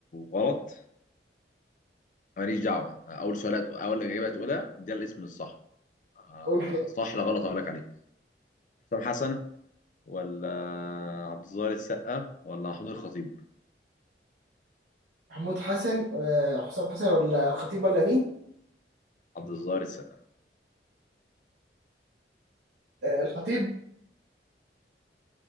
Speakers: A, on the left; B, on the right.
A: غلط ماليش دعوه اول سؤال هت- اول اجابه هتقولها دي الاسم الصح آه،
B: قول كده
A: صح لا غلط اقول لك عليه حسام حسن ولا عبد الظاهر السقا ولا محمود الخطيب
B: محمود حسن آه، حسام حسن ولا الخطيب ولا مين
A: عبد الظاهر السقا
B: آه، الخطيب